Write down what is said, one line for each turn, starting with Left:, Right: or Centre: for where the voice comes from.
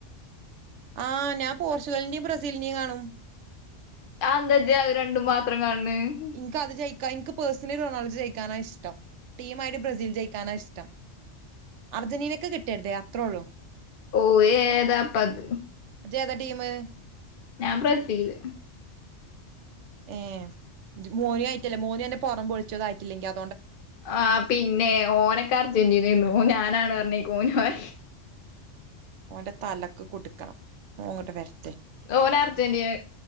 Right: ആഹ ഞാൻ പോർച്ചുഗലിന്റെയും ബ്രസീലിന്റെയും കാണും
Left: ആന്താജ്യ അത് രണ്ടും മാത്രം കാണ് ണ്
Right: എനിക്ക് അത് ജയിക്കാ എനിക്ക് പേഴ്സലി റൊണാൾഡോ ജയിക്കാന ഇഷ്ടം ടീ ആയിട്ട് ബ്രസീൽ ജയിക്കാനാ ഇഷ്ടം അർജന്റീനക് കിട്ടരുത് അത്രേ ഉള്ളൂ
Left: ഓയേതാപ്പത്
Right: ജേതാ ടീമ്
Left: ഞാൻ ബ്രസീൽ
Right: ഏഹ മോനി ആയിട്ടല്ലേ മോനു അന്റെ പുറം പൊളിച്ചും അതായിട്ടില്ലെങ്കി അ
Left: ആ പിന്നെ ഓനൊക്കെ അർജന്റീനന്നു ഓ ഞാനാണ് നറഞിക്ക് ഒനുമായി
Right: അവന്റെ തലക്ക് കൊടുക്കണം ഓൻ ങ്ങട്ട് വെര്
Left: ഓന അർജന്റീന